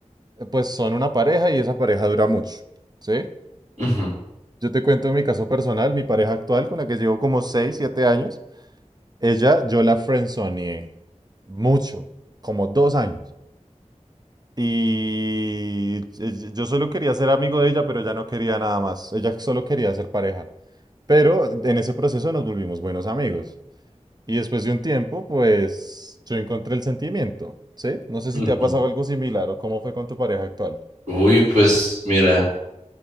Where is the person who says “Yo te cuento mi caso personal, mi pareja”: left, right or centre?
Right